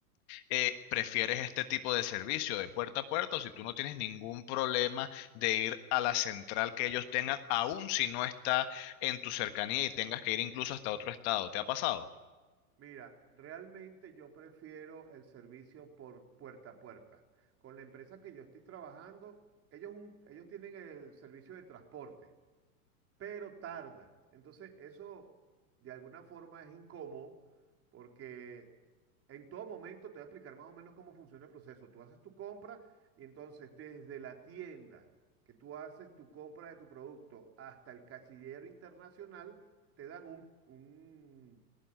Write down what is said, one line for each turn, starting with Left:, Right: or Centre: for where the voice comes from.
Left: eh, prefieres este tipo de servicio de puerta a puerta o si tú no tienes ningún problema de ir a la central que ellos tengan, aun si no está en tu cercanía y tengas que ir incluso hasta otro estado. ¿Te ha pasado?
Right: Mira, realmente yo prefiero el servicio por puerta a puerta. Con la empresa que yo estoy trabajando, ellos, un- ellos tienen el servicio de transporte. pero tarda. Entonces, eso de alguna forma es incómodo porque en todo momento te voy a explicar más o menos cómo funciona el proceso. Tú haces tu compra y entonces desde la tienda que tú haces tu compra de tu producto hasta el cachillero internacional, te dan un, un-